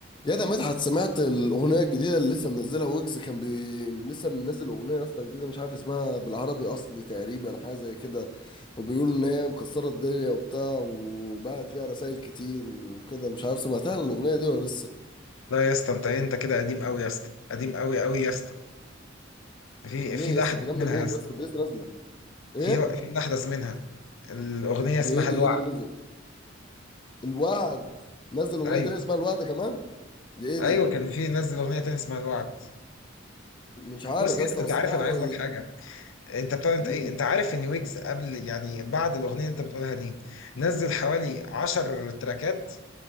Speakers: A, on the left; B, on the left.
A: يا ده مدحت سمعت الاغنيه الجديده اللي لسه منزلها ويجز كان بي... لسه منزل اغنيه يا اسطى جديده مش عارف اسمها بالعربي اصلي تقريبا حاجه زي كده وبيقولوا ان هي مكسره الدنيا وبتاع وبعت فيها رسائل كتير وكده مش عارف سمعتها الاغنيه دي ولا لسه
B: لا يا اسطى انت ايه، انت كده قديم قوي يا اسطى قديم قوي قوي يا اسطى في
A: ليه
B: في
A: يا
B: الاحدث
A: اسطى دي جامده
B: منها
A: موت
B: يا اسطى
A: يا اسطى دي لسه نازله ايه
B: في في الاحدث منها الاغنيه اسمها
A: دي ايه دي
B: الوعد
A: ايه اللي نزل الوعد نزل اغنيه
B: ايوه
A: تانية اسمها الوعد كمان دي ايه
B: ايوه
A: دي
B: كان في نزل اغنيه تانية اسمها الوعد
A: مش عارف
B: بص
A: يا
B: يا اسطى
A: اسطى
B: انت
A: بس
B: عارف
A: لا
B: انا عايز
A: أنا-
B: لك حاجه انت بتاع انت
A: مم.
B: ايه انت عارف ان ويجز قبل يعني بعد الاغنيه اللي انت بتقولها دي نزل حوالي 10 تراكات